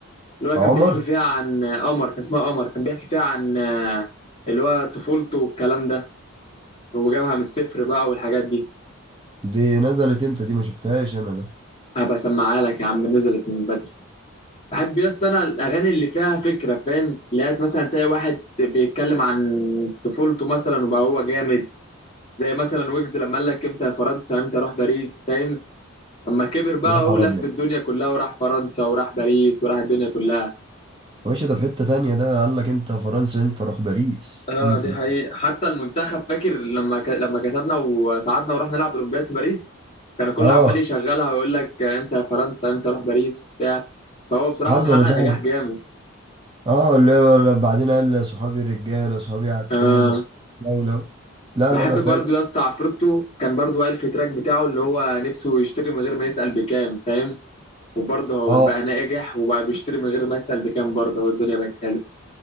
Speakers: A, on the left; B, on the right.
A: اللي هو
B: عمر
A: كان بيحكي فيها عن آه، قمر كان اسمها قمر كان بيحكي فيها عن آه، اللي هو طفولته والكلام ده وجابها من الصفر بقى والحاجات دي
B: دي نزلت امتى دي ما شفتهاش انا ده
A: هبقى اسمعها لك يا عم نزلت من بحب يا اسطى انا الاغاني اللي فيها فكره فاهم لقيت مثلا تلاقي واحد بيتكلم عن طفولته مثلا وبقى هو جامد زي مثلا ويجز لما قال لك امتى يا فرنسا امتى اروح باريس فاهم اما كبر بقى
B: يا نهار
A: هو لف
B: ابيض
A: الدنيا كلها وراح فرنسا وراح باريس وراح الدنيا كلها
B: يا باشا ده في حتة تانية ده قال لك امتى فرنسا امتى اروح باريس
A: اه
B: امتى
A: دي
B: ده
A: حقيقة حتى المنتخب فاكر لما ك... لما كسبنا وصعدنا ورحنا نلعب اولمبياد في باريس كان الكل
B: اه
A: عمال يشغلها ويقول لك امتى يا فرنسا امتى اروح باريس وبتاع فهو بصراحة
B: حصل
A: محقق
B: يا صاحبي
A: نجاح جامد
B: اه اللي هو لا- بعدين قال صحابي الرجالة صحابي عتالة
A: اه
B: صحابي الدولة لا
A: بحب
B: لا لا فاهم
A: برضو يا اسطى عفروتو كان برضو قال في تراك بتاعه اللي هو نفسه يشتري من غير ما يسأل بكام فاهم وبرضه هو
B: اه
A: بقى ناجح وبقى بيشتري من غير ما يسأل بكام برضه هو الدنيا بقت حلوه